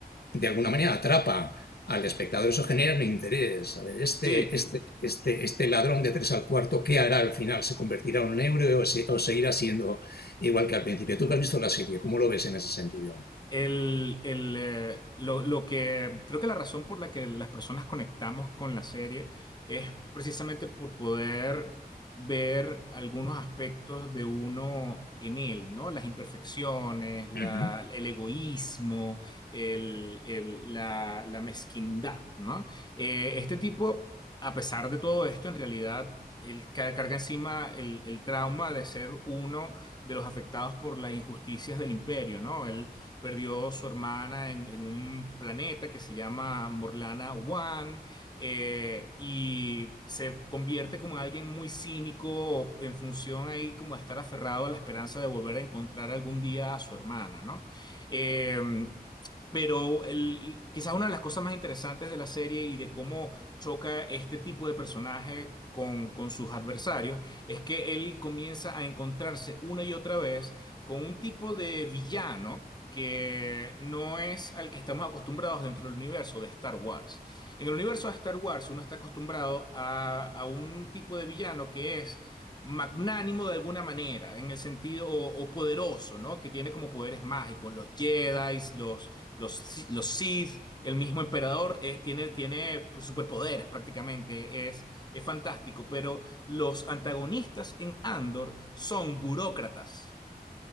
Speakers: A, on the left; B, on the left.
A: de alguna manera atrapa al espectador, eso genera un interés. A ver, este,
B: sí.
A: este, este, este ladrón de tres al cuarto, ¿qué hará al final? ¿Se convertirá en un héroe o, se, o seguirá siendo igual que al principio? Tú que has visto la serie, ¿cómo lo ves en ese sentido?
B: El, el, eh, lo, lo que creo que la razón por la que las personas conectamos con la serie es precisamente por poder ver algunos aspectos de uno en él, ¿no? Las imperfecciones, la-
A: Uh -huh.
B: el egoísmo, el- el- la, la mezquindad, ¿no? Eh, este tipo, a pesar de todo esto, en realidad, él ca- carga encima el, el trauma de ser uno de los afectados por las injusticias del imperio, ¿no? perdió su hermana en, en un planeta que se llama Morlana One, eh, y se convierte como en alguien muy cínico en función ahí como de estar aferrado a la esperanza de volver a encontrar algún día a su hermana, ¿no? Em, pero el- quizás una de las cosas más interesantes de la serie y de cómo choca este tipo de personaje con, con sus adversarios es que él comienza a encontrarse una y otra vez con un tipo de villano que no es al que estamos acostumbrados dentro del universo de Star Wars. En el universo de Star Wars uno está acostumbrado a, a un tipo de villano que es magnánimo de alguna manera, en el sentido, o, o poderoso, ¿no? Que tiene como poderes mágicos, los Jedi, los, los, los Sith, el mismo emperador eh, tiene, tiene pues, superpoderes prácticamente, es, es fantástico, pero los antagonistas en Andor son burócratas.